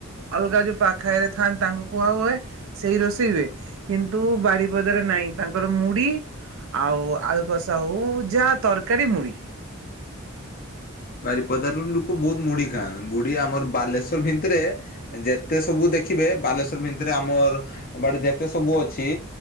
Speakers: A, on the right; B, on the left.
A: ଅଲଗା ଯଉ ପାଖରେ ଥାଆନ୍ତି ତାଙ୍କୁ କୁହା ହୁଏ। ସେଇ ରୋଷେଇ ହୁଏ କିନ୍ତୁ ବାରିପଦାରେ ନାଇଁ ତାଙ୍କର ମୁଢ଼ି ଆଉ ଆଳୁ କଷା ହଉ ଯାହା ତରକାରୀ ମୁଢ଼ି।
B: ବାରିପଦାରରୁ ଲୋକ ବହୁତ୍ ମୁଢି ଖାଆନ୍ତି ମୁଢି ଆମର ବାଲେଶ୍ଵର ଭିତିରେ ଯେତେ ସବୁ ଦେଖିବେ ବାଲେଶ୍ଵର ଭିିତରେ ଆମର ଏ ବାଟେ ଯେତେ ସବୁ ଅଛି